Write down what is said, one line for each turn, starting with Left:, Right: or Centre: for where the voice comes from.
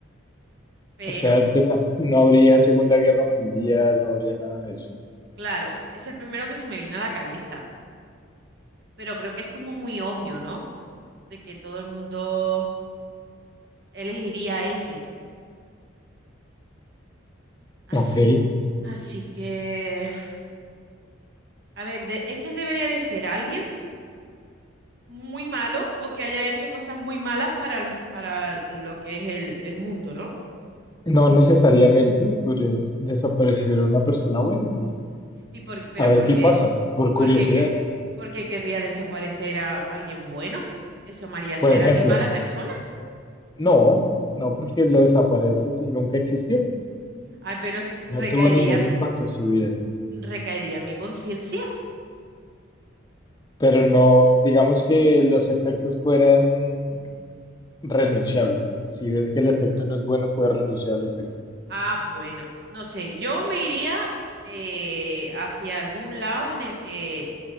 Right: pero
Left: O sea, desa- no habría Segunda Guerra Mundial, no habría nada de eso.
Right: claro, es el primero que se me viene a la cabeza. Pero creo que es como muy obvio, ¿no? De que todo el mundo elegiría ese. Así,
Left: Ok.
Right: así que... A ver, de- es que debería de ser alguien. muy malo o que haya hecho cosas muy malas para, el- para lo que es el, el mundo, ¿no?
Left: No necesariamente podrías desaparecer a una persona buena y
Right: Y por, pero
Left: a ver
Right: porque,
Left: qué pasa, por
Right: porque,
Left: curiosidad.
Right: que- porque querría desaparecer a alguien bueno. Eso me haría
Left: Por
Right: ser
Left: ejemplo,
Right: a mí mala persona.
Left: no, no porque lo desapareces y nunca existió.
Right: Ah, pero
Left: No
Right: recaería,
Left: tuvo ningún impacto en su vida,
Right: recaería en mi conciencia.
Left: pero no, digamos que los efectos fueran renunciables. Si ves que el efecto no es bueno, puedes renunciar al efecto.
Right: Ah, bueno, no sé, yo me iría eh, hacia algún lado en el que